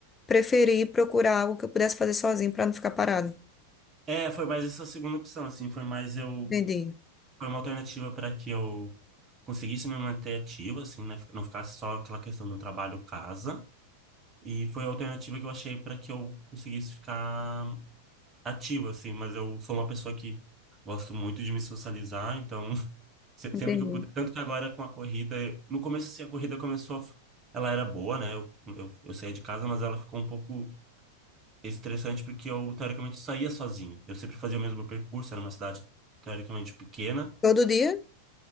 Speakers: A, on the left; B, on the right.
A: preferi procurar algo que eu pudesse fazer sozinho pra não ficar parado.
B: É, foi mais essa segunda opção, assim, foi mais eu.
A: Entendi,
B: Foi uma alternativa para que eu conseguisse me manter ativo, assim, né? Não ficasse só aquela questão do trabalho-casa. E foi a alternativa que eu achei para que eu conseguisse ficar ativo, assim, mas eu sou uma pessoa que gosto muito de me socializar, então <laughs> se-
A: entendi.
B: sempre que eu puder. Tanto que agora com a corrida, eu- no começo, assim, a corrida começou, a f- ela era boa, né? Eu, eu, eu saía de casa, mas ela ficou um pouco estressante porque eu, teoricamente, saía sozinho. Eu sempre fazia o mesmo percurso, era uma cidade teoricamente pequena.
A: Todo dia?